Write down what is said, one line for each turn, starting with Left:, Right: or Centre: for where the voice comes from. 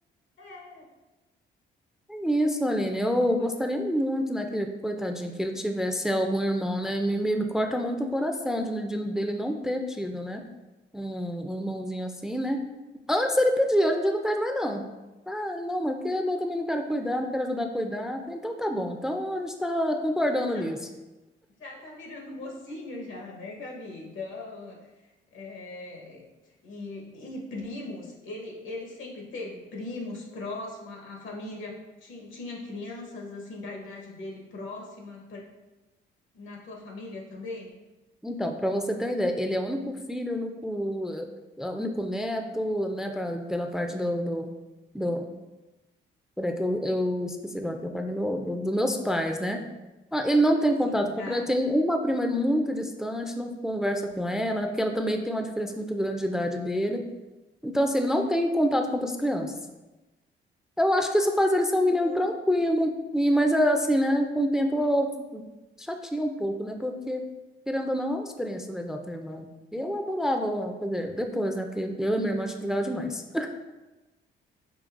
Left: É,
Centre: Isso, Aline, eu
Left: pô,
Centre: gostaria muito, né, que, coitadinho, que ele tivesse algum irmão, né, me, me, me corta muito o coração de, de- dele não ter tido, né, um, um irmãozinho assim, né, antes ele pedia, hoje em dia não pede mais não, ah, não, mas porque eu também não quero cuidar, não quero ajudar a cuidar, então tá bom, então a gente tá concordando
Left: já tá,
Centre: nisso.
Left: já tá virando mocinho já, né, Gabi? Então, é, e, e primos, ele, ele sempre teve primos próximo, a, a família ti- tinha crianças assim da idade dele próxima Na tua família também?
Centre: Então, para você ter uma ideia, ele é o único filho, o único, eh, o único neto, né, pra, pela parte do, do, do- Por é que eu, eu esqueci agora que eu falo do meu, do, dos meus pais, né? Ah, ele não
Left: Ah,
Centre: tem
Left: sim,
Centre: contato com
Left: tá.
Centre: ele, tem uma prima muito distante, não conversa com ela, né? Porque ela também tem uma diferença muito grande de idade dele. Então, assim, ele não tem contato com outras crianças. Eu acho que isso faz
Left: É, acostumou.
Centre: ele ser um menino tranquilo, e, mas é assim, né? Com o tempo chateia um pouco, né? Porque, querendo ou não, é uma experiência legal ter irmã E eu adorava fazer depois, né? Porque eu e minha irmã a gente brigava demais.